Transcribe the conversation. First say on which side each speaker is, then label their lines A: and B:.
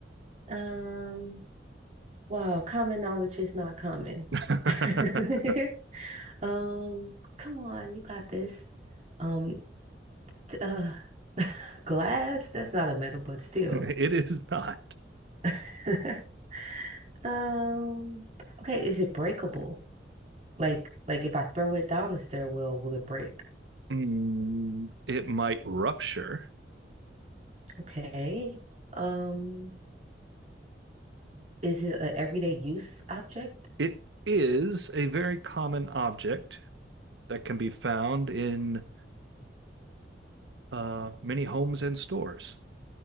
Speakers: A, on the right; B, on the right.
A: um, wow, common knowledge is not common.
B: <laughs> it
A: <laughs> Um, come on, you got this. Um, Uh, <laughs> glass? That's not a metal, but still.
B: is not.
A: <laughs> Um, okay, is it breakable? Like, like if I throw it down the stairwell, will it break?
B: Mm, It might rupture.
A: Okay. Um, is it an everyday use object?
B: It is a very common object that can be found in uh, many homes and stores.